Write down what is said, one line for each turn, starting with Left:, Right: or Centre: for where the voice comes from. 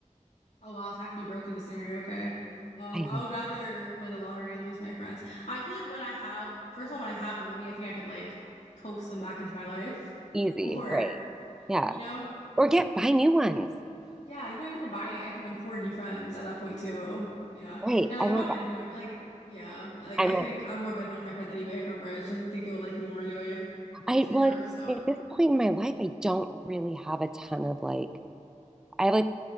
Left: Oh wow, so I have to be broke in this scenario. Okay. Um,
Centre: I
Left: I
Centre: know.
Left: would rather win the lottery and lose my friends. I feel like when I have, first of all, when I have the money, I think I could like coax them back into my life. <laughs>
Centre: Easy,
Left: Or,
Centre: right? Yeah.
Left: you know,
Centre: Or get buy new ones.
Left: yeah, you don't even need to buy. I, I can afford new friends at that point too. Yeah.
Centre: Right.
Left: And like
Centre: I'm
Left: I'm not
Centre: a,
Left: benefiting my friend. Like, yeah. Like
Centre: I'm
Left: I think
Centre: a,
Left: I'm more beneficial to my friends anyway if I'm rich. I think they would like me more anyway in
Centre: I
Left: that scenario.
Centre: well at,
Left: So
Centre: at this point in my life, I don't really have a ton of like I have like